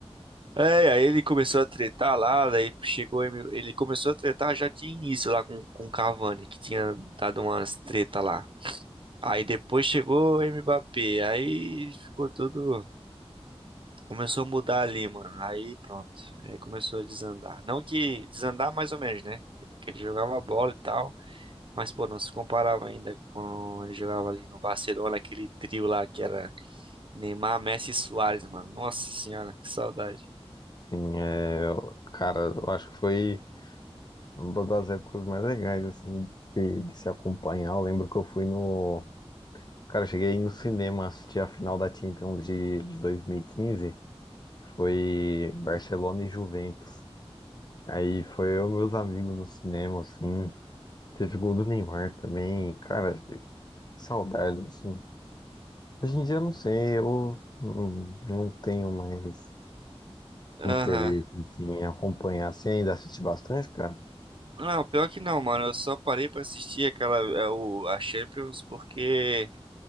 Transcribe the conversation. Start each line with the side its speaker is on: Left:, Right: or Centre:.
Right: É, aí ele começou a tretar lá, daí chegou, ele ele começou a tretar já de início lá com, com o Cavani, que tinha dado umas treta lá. Aí depois chegou o Mbappé, aí ficou tudo. Começou a mudar ali, mano. Aí pronto. Aí começou a desandar. Não que desandar mais ou menos, né? Que ele jogava bola e tal. Mas, pô, não se comparava ainda quando ele jogava ali no Barcelona, aquele trio lá que era Neymar, Messi e Suárez, mano. Nossa senhora, que saudade.
Left: assim, é, cara, eu acho que foi uma das épocas mais legais, assim, de, de se acompanhar. Eu lembro que eu fui no. Cara, eu cheguei no cinema assistir a final da Champions de, de 2015. Foi Barcelona e Juventus. Aí foi eu e meus amigos no cinema, assim. Teve gol do Neymar também. Cara, saudades, assim. Hoje em dia, eu não sei, eu não, não tenho mais.
Right: Aham.
Left: interesse assim, em acompanhar. Você ainda assiste bastante, cara?
Right: Não, pior que não, mano. Eu só parei pra assistir aquela, é, o, a Champions porque